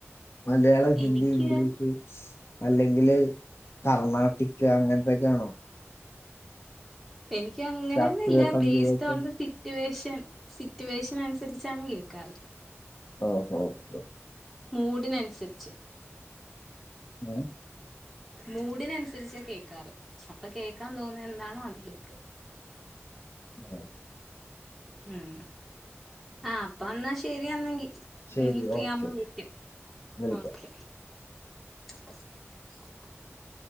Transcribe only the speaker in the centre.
എനിക്ക്
എനിക്ക് അങ്ങനെയൊന്നുംല്ല
ബേസ് ഓൺ ദസിറ്റുവേഷൻ. സിറ്റുവേഷൻ അനുസരിച്ചാണ് കേക്കാറ്
മൂടിനനുസരിച്ച്
മൂഡിനനുസരിച്ചാ കേക്കാറ് അപ്പൊ കേൾക്കാൻ തോന്നുന്നത് എന്താണോ അത് കേക്കാ...
ഉം ആഹ അപ്പ വന്നാ ശരിയന്നെങ്കി...
ഇനി ഫ്രീ
ആവുമ്പോ വിളിക്കാം
ഓക്കെ <unintelligible>